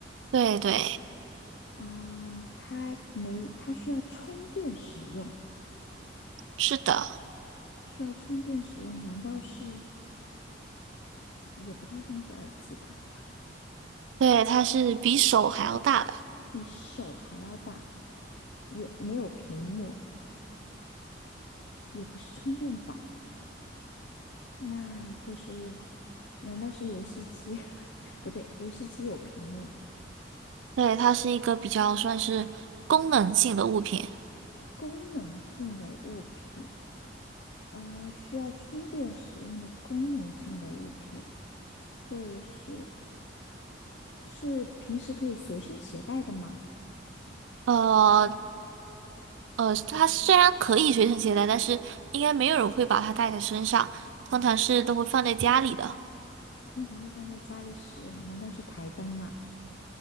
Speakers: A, on the right (about 80°); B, on the left (about 70°).
A: 对对，
B: 啊、它没，它需要充电使用，
A: 是的，
B: 需要充电使用，难道是也不太像是耳机吧？
A: 对，它是比手还要大的。
B: 比手还要大，也没有屏幕，也不是充电宝。那会是？难道是游戏机？<laughs> 不对，游戏机有屏幕。
A: 对，它是一个比较算是功能性的物品。
B: 功能性的物品，呃，需要充电使用的功能性的物品，会是是平时可以随身携带的吗？
A: 呃呃，它虽然可以随身携带，但是应该没有人会把它带在身上，通常是都会放在家里的。
B: 通常会放在家里使用，难道是台灯吗？